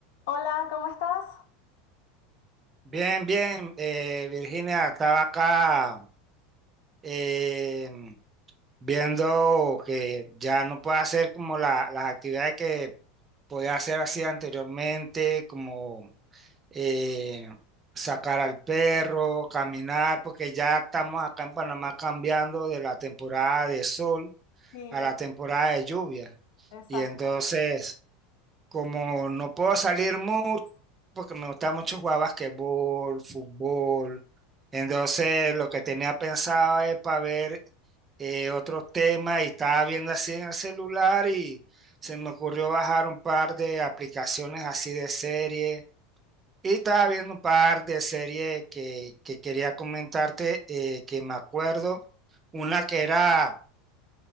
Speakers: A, on the left; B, on the right.
A: Hola, ¿cómo estás?
B: Bien, bien, eh, Virginia, estaba acá eh, viendo que ya no puedo hacer como la- las actividades que podía hacer así anteriormente, como eh, sacar al perro, caminar, porque ya estamos acá en Panamá cambiando de la temporada de sol
A: Sí,
B: a la temporada de lluvia.
A: exacto.
B: Y entonces... Como no puedo salir mucho, porque me gusta mucho jugar basquetbol, fútbol. Entonces, lo que tenía pensado es para ver eh, otros temas y estaba viendo así en el celular y se me ocurrió bajar un par de aplicaciones así de serie. Y estaba viendo un par de series que, que quería comentarte, eh, que me acuerdo. Una que era